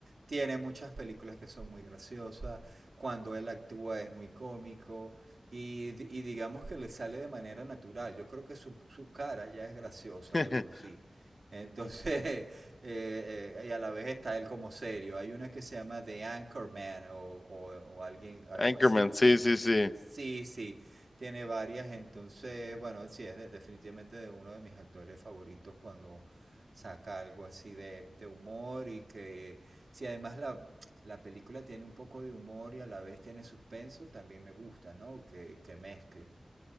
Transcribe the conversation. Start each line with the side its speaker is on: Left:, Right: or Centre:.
Right: Tiene muchas películas que son muy graciosas, cuando él actúa es muy cómico y, di- y digamos que le sale de manera natural. Yo creo que su, su cara ya es graciosa
Left: <laughs>
Right: de por sí. Entonces, <laughs> eh, eh, y a la vez está él como serio. Hay una que se llama The Anchorman o, o, o alguien, algo
Left: Anchorman,
Right: así.
Left: sí,
Right: Sí,
Left: sí,
Right: u-
Left: sí.
Right: sí, sí. Tiene varias, entonces, bueno, sí, es de- definitivamente de uno de mis actores favoritos cuando saca algo así de, de humor y que si además la, la película tiene un poco de humor y a la vez tiene suspenso, también me gusta, ¿no? Que, que mezcle.